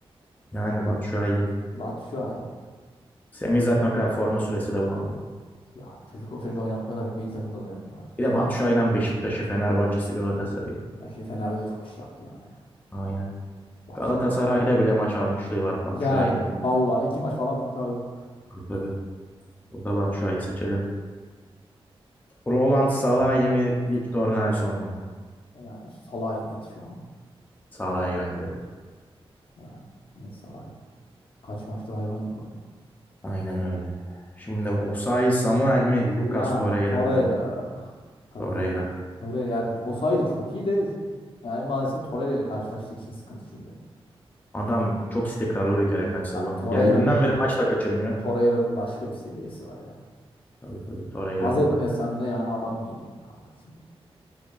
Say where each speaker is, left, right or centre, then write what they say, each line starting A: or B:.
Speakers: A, on the left; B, on the left.
A: Yani Batshuayi.
B: Batshuayi.
A: Semih zaten o kadar forma süresi de bulamadı.
B: Ya çocuk o çocuğu oynatmıyorlar. Milli takımda da oynatmıyorlar.
A: Bir de Batshuayi'nin Beşiktaş'ı, Fenerbahçe'si, Galatasaray'ı.
B: Ya şimdi Fener'de de çok iş yaptı yani.
A: Aynen.
B: Batshuayi.
A: Galatasaray'da bile maç almışlığı var. Batshuayi
B: Yani
A: burada.
B: valla iki maç falan kurtardı.
A: Tabii. Burada Batshuayi seçelim. Roland Salahi mı? Victor Nelson mu?
B: Yani Salah'ı net şu an.
A: Salahi bence de.
B: Yani net Salah'ı. Kaç maçtır hayvan gibi oynuyor.
A: Aynen öyle. Şimdi Osayi Samuel mi? Lucas
B: Ya
A: Torreira
B: Torreira.
A: mı?
B: Tabii.
A: Torreira.
B: Torreira yani o sayıda çok iyi de yani maalesef Torreira ile karşılaştığı için sıkıntı şimdi.
A: Adam çok istikrarlı bir kere kaç sezondur.
B: Ya Torreira'nın
A: Geldiğinden beri maç da kaçırmıyor.
B: Torreira'nın başka bir seviyesi var ya.
A: Tabii tabii Torreira
B: Haz
A: burada.
B: etmesem de yani adam iyi kanka şimdi.